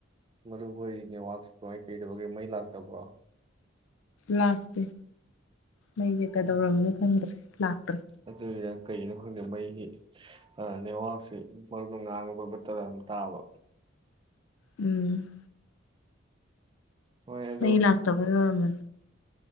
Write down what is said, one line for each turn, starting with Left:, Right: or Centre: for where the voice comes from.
Right: ꯃꯔꯨ ꯍꯣꯏ ꯅꯦꯠꯋꯥꯛꯁꯤ ꯀꯃꯥꯏ ꯀꯩꯗꯧꯔꯒꯦ ꯃꯩ ꯂꯥꯛꯇꯕ꯭ꯔꯣ
Left: ꯂꯥꯁꯇꯦ ꯃꯩꯁꯦ ꯀꯩꯗꯧꯔꯝꯅꯣ
Right: ꯎꯝ
Left: ꯈꯪꯗ꯭ꯔꯦ ꯂꯥꯛꯇ꯭ꯔꯦ
Right: ꯑꯗꯨꯒꯤꯔ ꯀꯩꯒꯤꯅꯣ ꯈꯪꯗꯦ ꯃꯩꯒꯤ ꯅꯦꯠꯋꯥꯛꯁꯤ ꯃꯔꯨ ꯉꯥꯡꯉꯕ ꯕꯇꯔ ꯑꯃ ꯇꯥꯕ
Left: ꯎꯝ
Right: ꯍꯣꯏ ꯑꯗꯨ
Left: ꯅ ꯂꯥꯛꯇꯥ ꯐꯔ ꯃ